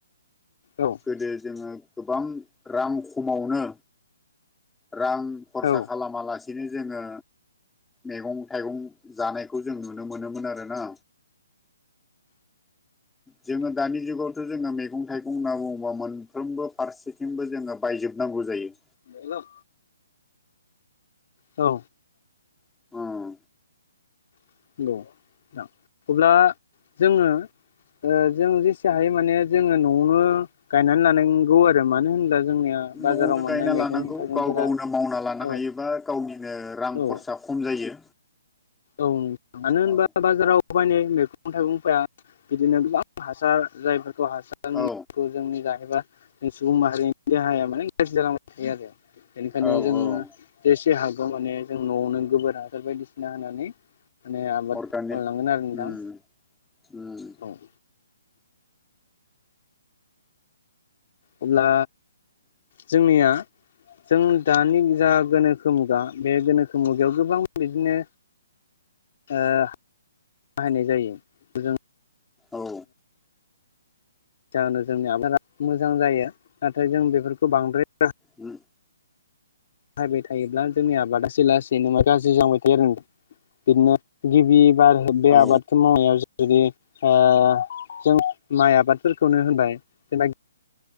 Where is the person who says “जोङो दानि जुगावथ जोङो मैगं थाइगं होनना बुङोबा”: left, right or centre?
Centre